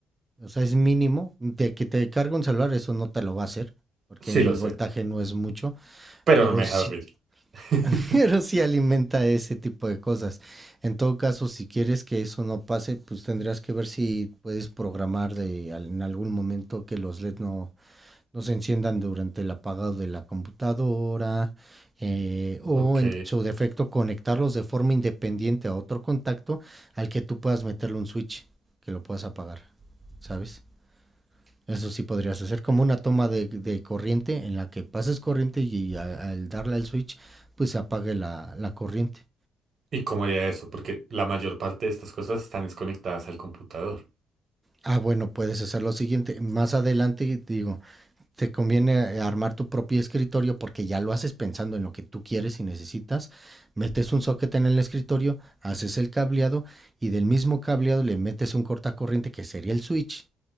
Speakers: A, on the right; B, on the right.
A: O sea, es mínimo. de que te cargue un celular, eso no te lo va a hacer, porque
B: Sí lo
A: el
B: sé,
A: voltaje no es mucho,
B: pero
A: pero
B: no me deja
A: sí,
B: dormir. <laughs>
A: <laughs> pero sí alimenta ese tipo de cosas. En todo caso, si quieres que eso no pase, pues tendrías que ver si puedes programar de, al- en algún momento que los LED no, no se enciendan durante el apagado de la computadora, eh, o
B: Ok.
A: en su defecto conectarlos de forma independiente a otro contacto al que tú puedas meterle un switch que lo puedas apagar, ¿sabes? Eso sí podrías hacer como una toma de, de corriente en la que pases corriente y a- al darle al switch pues se apague la, la corriente.
B: ¿Y cómo haría eso? Porque la mayor parte de estas cosas están desconectadas al computador.
A: Ah, bueno, puedes hacer lo siguiente. Más adelante, digo, te conviene eh, armar tu propio escritorio porque ya lo haces pensando en lo que tú quieres y necesitas. Metes un socket en el escritorio, haces el cableado y del mismo cableado le metes un cortacorriente que sería el switch